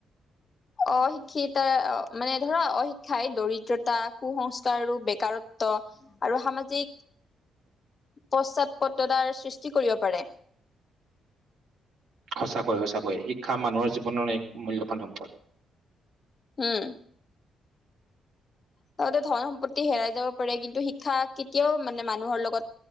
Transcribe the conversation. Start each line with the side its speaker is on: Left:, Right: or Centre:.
Left: অশিক্ষিত মানে ধৰা অশিক্ষাই দৰিদ্ৰতা কুসংস্ আৰু বেকাৰত্ব আৰু স পশ্চাদ পত্ৰতাৰ সৃষ্টি কৰিব পাৰে
Right: সঁচাকৈয়ে সঁচাকৈয়ে শিক্ষা মানুহৰ জীৱনৰ এক মূল্্যবান সম্পদ
Left: হম তহঁতে ধন সম্পত্তি হেৰাই যাব পাৰে কিন্তু শ শিক্ষা কেতিয়াও মানে মানুহৰ লগত